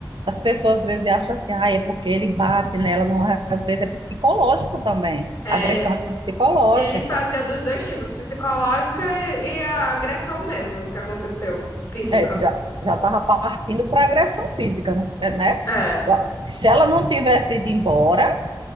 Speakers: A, on the right; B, on the left.
A: As pessoas às vezes acham assim, ah, é porque ele bate nela, não é, às vezes é psicológico também,
B: É,
A: agressão psicológica,
B: ele fazia dos dois tipos. Psicológica e, e a agressão mesmo que aconteceu. Física.
A: é, que já já estava partindo para agressão física, né?
B: É.
A: Se ela não tivesse ido embora,